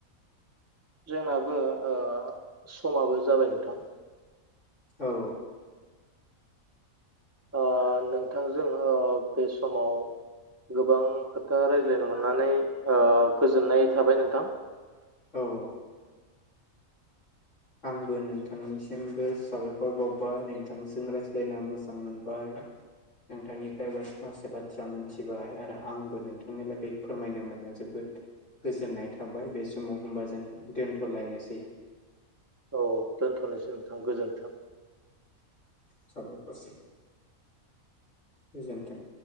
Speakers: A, on the right (about 15°); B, on the left (about 60°).
A: जोंनाबो ओ स'माबो जाबाय नोंथां।
B: औ।
A: ओ नोंथांजों ओ बे समाव गोबां खोथा रायज्लायनो मोननानै ओ गोजोननाय थाबाय नोंथां
B: औ। आंबो नोंथांनिसिमबो साबायखर बावबाय नोंथांजों रायज्लायना मोजां मोनबाय नोंथांनिफ्रायबो माखासे बाथ्रा मोनथिबाय आरो आंबो नोंथांनि लागै फोरमायनो मोना जोबोद गोजोननाय थाबाय बे समाव होमबा जों दोनथ'लायनोसै
A: औ दोनथ'नोसै नोंथां गोजोन्थों।
B: साबायखारसे गोजोनथों।